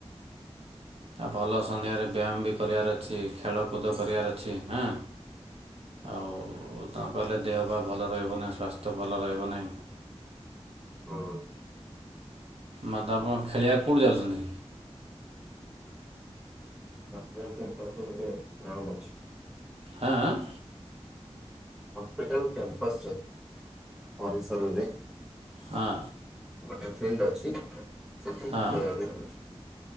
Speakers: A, on the right (about 65°); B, in the centre.
A: ଆଉ ଭଲ ସନ୍ଧ୍ୟାରେ ବ୍ୟାୟାମ ବି କରିବାର ଅଛି ଖେଳକୁଦ କରିବାର ଅଛି ହଁ ଆଉ ତା ଗଲେ ଦେହ ବା ଭଲ ରହିବ ନା। ସ୍ୱାସ୍ଥ୍ୟ ଭଲ ରହିବ ନାହିଁ।
B: ହଁ।
A: ମାତ ଆପଣ ଖେଳିବାକୁ କୋଉଠି ଯାଉଛନ୍ତି?
B: <unintelligible> ଗ୍ରାମ୍ ଅଛି।
A: ହାଁ ଆଁ।
B: ହସ୍ପିଟାଲ କ୍ୟାମ୍ପସରେ ପରିସରରେ।
A: ହଁ।
B: ଗୋଟେ ଫ୍ରେଣ୍ଡ୍ ଅଛି। ସେଠି।
A: ହାଁ
B: <unintelligible>